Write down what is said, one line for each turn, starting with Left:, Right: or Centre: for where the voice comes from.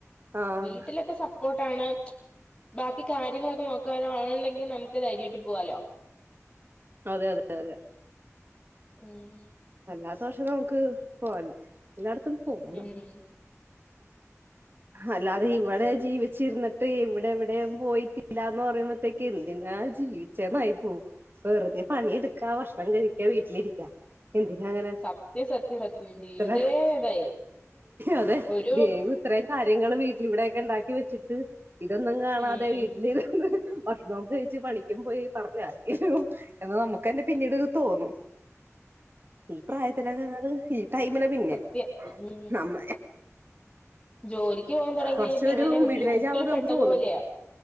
Right: ആഹ്
Left: വീട്ടിലൊക്കെ സപ്പോർട്ടാണ്. ബാക്കി കാര്യങ്ങളൊക്കെ നോക്കാൻ ആളുണ്ടെങ്കി നമുക്ക് ധൈര്യായിട്ട് പോവാലോ.
Right: അതെ അതെ അതെ
Left: ഉം
Right: ഇല്ലാത്തപക്ഷം നമുക്ക് പോവായിരുന്നു. എല്ലായിടത്തും പോണം
Left: ഉം
Right: അല്ലാതെ ഇവിടെ ജീവിച്ചിരുന്നിട്ട് ഇവിടെ എവിടെയും പോയിട്ടില്ലാന്ന് പറയുമ്പഴത്തേക്ക് എന്തിനാ ജീവിച്ചേന്നായി പോവും. വെറുതെ പണിയെടുക്കാ. ഭക്ഷണം കഴിക്കാ. വീട്ടിലിരിക്കാ എന്തിനാ അങ്ങനെ
Left: സത്യം സത്യം സത്യം
Right: ഇത്ര
Left: ജീവിതേ ഇതായി
Right: അതെ
Left: ഒരു
Right: ദൈവം ഇത്രയും കാര്യങ്ങള് വീട്ടില് ഇവിടെക്കെ ഇണ്ടാക്കി വെച്ചിട്ട് ഇതൊന്നും കാണാതെ
Left: ഉം
Right: വീട്ടില് ഇരുന്ന് ഭക്ഷണൊക്കെ കഴിച്ചു പണിക്കും പോയി പറഞ്ഞാരെങ്കിലും എന്ന് നമുക്കന്നെ പിന്നീടൊന്ന് തോന്നും. പ്രായത്തിലൊക്കങ്ങട് ഈ ടൈമിലാ പിന്നെം
Left: സത്യം ഉം
Right: നമ്മ
Left: ജോലിക്ക് പോവാൻ തുടങ്ങി
Right: കുറച്ചൊരു
Left: കഴിഞ്ഞപ്പെ ഇങ്ങനെ ഒരു
Right: മിഡിൽ
Left: ലൂപ്പില്
Right: ഏജ് ആവുമ്പോ
Left: പെട്ടത്
Right: നമുക്ക് തോന്നും
Left: പോലെയാ.